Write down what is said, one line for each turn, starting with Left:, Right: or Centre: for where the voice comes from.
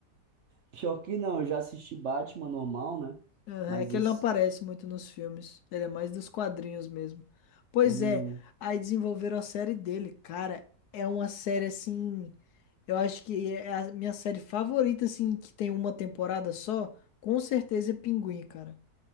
Right: Pior que não, eu já assisti Batman normal, né?
Left: Aham,
Right: Mas
Left: É que
Right: esse
Left: ele não aparece muito nos filmes. Ele é mais dos quadrinhos mesmo. Pois
Right: hum,
Left: é, aí desenvolveram a série dele. Cara, é uma série assim. Eu acho que é a minha série favorita, assim, que tem uma temporada só. Com certeza é Pinguim, cara.